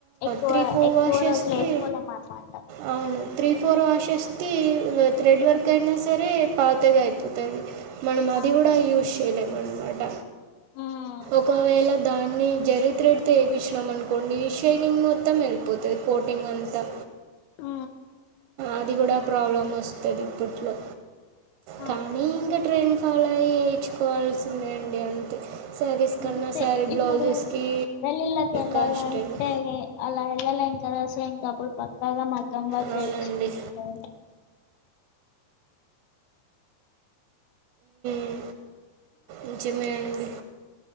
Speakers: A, on the left; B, on the right.
A: ఎక్కువ
B: త్రీ ఫోర్
A: ఎక్కువ
B: వాషెస్కి
A: రోజులు వేసుకోలేమన్నమాట
B: అవును త్రీ ఫోర్ వాష్షేకి థ్రెడ్ వర్క్ అయినా సరే పాతగయిపోతది మనం అది
A: అవును
B: కూడా యూజ్ చేయలేమన్నమాట
A: ఉమ్
B: ఒకవేళ దాన్ని జర్రి త్రేడ్ తో ఏపిచ్చినాం అనుకోండి షైనింగ్ మొత్తం వెళ్ళిపోతది కోటింగ్ అంతా
A: ఆ
B: అది కూడా ప్రాబ్లమ్ వస్తది ఇప్పట్లో
A: ఆ
B: కానీ ఇంకా ట్రైన్ ఫాలో చేయించుకోవాల్సిదే అండి అంతే శారీస్ కన్నా
A: అంతే
B: శారీ
A: ఇప్పుడు
B: బ్లౌజెస్కి
A: పెల్లిళ్ళకేళ్ళాలంటే
B: కాస్ట్ అండి
A: ఏ అలా ఎళ్ళలేమ్ కాద సో ఇంక అప్పుడు పక్కాగ మగ్గం వర్క్
B: అవునండి
A: కే ఎఇంచుకుంటార
B: మ్ నిజమే అండి